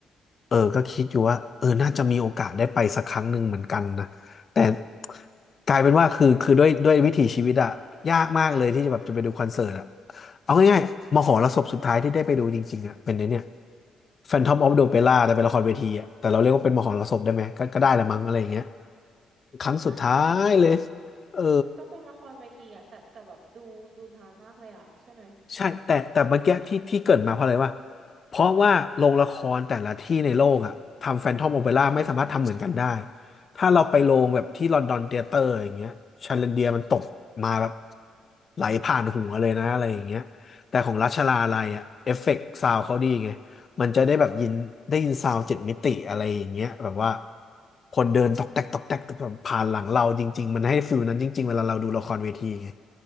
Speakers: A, on the left; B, on the right.
A: เออก็คิดอยู่ว่าเออน่าจะมีโอกาสได้ไปสักครั้งหนึ่งเหมือนกันนะแต่กลายเป็นว่าคือคือด้วยด้วยวิถีชีวิตอะยากมากเลยที่จะแบบจะไปดูคอนเสิร์ตอะเอาง่ายๆมหรสพสุดท้ายที่ได้ไปดูจริงๆอะเป็นไอ้เนี่ย Phantom of the Opera แต่เป็นละครเวทีอะแต่เราเรียกว่าเป็นมหรสพได้ไหมก็ก็ได้ละมั้งอะไรอย่างเงี้ย
B: เออนั่นแหละมันก็
A: ครั้งสุดท้ายเลยเออ
B: ก็เป็นละครเวทีอ่ะแต่แต่แบบดูดูนานมากเลยอ่ะใช่ไหม
A: ใช่แต่แต่เมื่อกี้ที่ที่เกริดมาเพราะอะไรวะเพราะว่าโรงละครแต่ละที่ในโลกอะทำแฟนทอมโอเปร่าไม่สามารถทำเหมือนกันได้
B: อ่าฮะ
A: ถ้าเราไปโรงแบบที่ลอนดอนเธียเตอร์อย่างเงี้ยชาเลนเดียมันตกมาแบบไหลผ่านหัวเลยนะอะไรอย่างเงี้ยแต่ของราชาลาลัยอะเอฟเฟกต์ซาวเขาดีไง มันจะได้แบบยินได้ยินซาวด์เจ็ดมิติอะไรอย่างเงี้ยแบบว่าคนเดินตอกแตกตอกแตกแบบผ่านหลังเราจริงๆมันให้ฟิลนั้นจริงๆเวลาเราดูละครเวทีไง